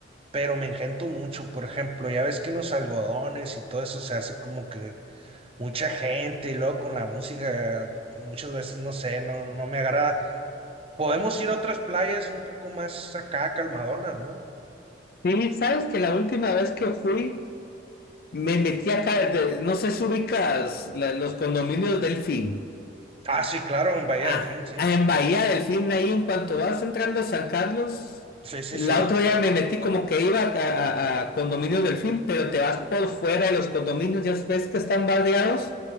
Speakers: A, on the right; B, on the left.
A: pero me engento mucho, por ejemplo, ya ves que en los algodones y todo eso se hace como que mucha gente y luego con la música muchas veces no sé, no, no no me agrada. Podemos ir a otras playas un poco más acá, calmadonas, ¿no?
B: sí, sabes que la última vez que fui, me metí acá, de- no sé si ubicas la- los condominios delfín
A: Ah, sí, claro, en Bahía
B: Ah,
A: Delfín, sí.
B: en Bahía del Fin, ahí en cuanto vas entrando a San Carlos,
A: Sí, sí,
B: la
A: sí.
B: otra ya me metí como que iba a, a- a condominios del Fin, pero te vas por fuera de los condominios, ya ves que están bardeados,